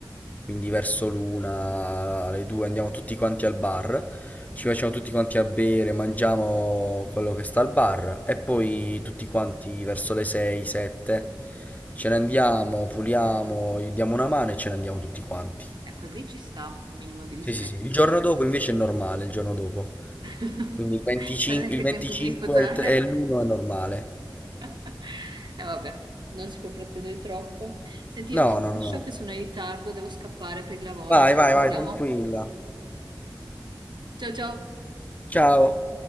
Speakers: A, on the left (about 20°); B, on the right (about 70°).
A: quindi verso l'una, le due andiamo tutti quanti al bar, ci facciamo tutti quanti a bere, mangiamo quello che sta al bar e poi
B: Ok.
A: tutti quanti verso le 6, 7 ce ne andiamo, puliamo, gli diamo una mano e ce ne andiamo tutti quanti.
B: Eh, così ci sta, un minimo di rispetto.
A: Sì, sì, sì. Il giorno dopo invece è normale, il giorno dopo.
B: <laughs>
A: Quindi il 25,
B: Non è che
A: il 25
B: è tempo di riposare.
A: e il tre- e l'1 è normale.
B: <laughs> E vabbè, non si può pretendere troppo. Senti, io
A: No,
B: ti
A: no,
B: lascio
A: no, no.
B: che sono in ritardo, devo scappare per il lavoro.
A: Vai,
B: Ci
A: vai,
B: sentiamo.
A: vai, tranquilla.
B: Ciao ciao.
A: Ciao.